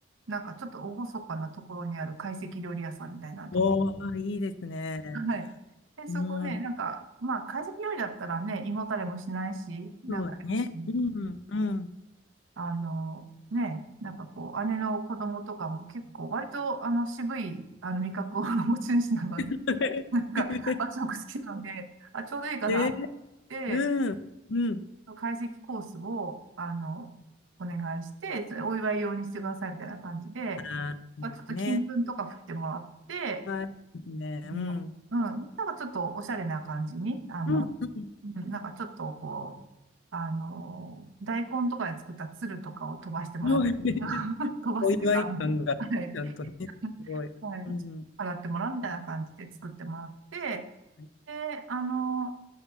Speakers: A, on the right (about 85°); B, on the left (about 70°).
A: なんかちょっと厳かなところにある懐石料理屋さんみたいなとこ。
B: おー、いいですね。
A: はい。で、そこね、
B: うん、
A: なんか、まあ、懐石料理だったらね、胃もたれもしないし、なんか、
B: そうね。
A: いいし
B: うん、うん。
A: あの、ね、なんかこう、姉の子供とかも結構、割と、あの、渋い、あの、味覚を <laughs> 持ち主なので、
B: <laughs>
A: なんか、和食好きなので、あ、ちょうどいいかなって、
B: で、うん、うん。
A: 解析コースを、あの、お願いして、それお祝い用にしてくださいみたいな感じで、
B: あ、いいですね。
A: まあちょっと金粉とか振ってもらって、
B: はい、いいですね。
A: あのうん、
B: うん。
A: なんかちょっとおしゃれな感じに、あの、
B: うん、う
A: うんなんかちょっとこう、あの、大根とかで作った鶴とかを飛ばしてもらう。
B: ん。そうね
A: <laughs> 飛ばすっていうか、
B: お祝い感が、
A: あのはい。
B: ちゃんとね、
A: <laughs>
B: すごい。
A: はい。
B: うん。
A: 飾ってもらうみたいな感じで作ってもらって、
B: うん、
A: で、あの、